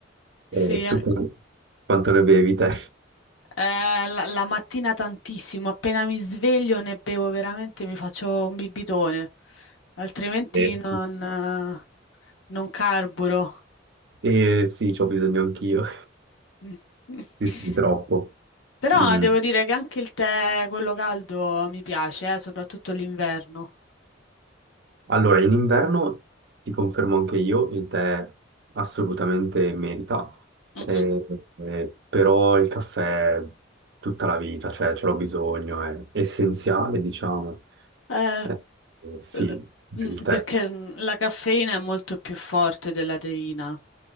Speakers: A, on the right (about 60°); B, on the left (about 85°).
A: Eh,
B: Sì, an-
A: tu qu- quanto ne bevi te?
B: eh, la, la mattina tantissimo, appena mi sveglio ne bevo veramente, mi faccio un bibitone, altrimenti
A: Eh,
B: non, eh, non carburo.
A: Eh, sì, c'ho bisogno anch'io.
B: <laughs>
A: Sì, sì, troppo.
B: Però
A: Mm.
B: devo dire che anche il tè, quello caldo, mi piace, eh, soprattutto l'inverno.
A: Allora, in inverno ti confermo anche io, il tè assolutamente merita,
B: Mm-mm.
A: eh, eh, però il caffè tutta la vita, cioè ce l'ho bisogno, è essenziale, diciamo.
B: Eh,
A: Eh, eh, sì,
B: l- mm,
A: il tè,
B: perché la caffeina è molto più forte della teina.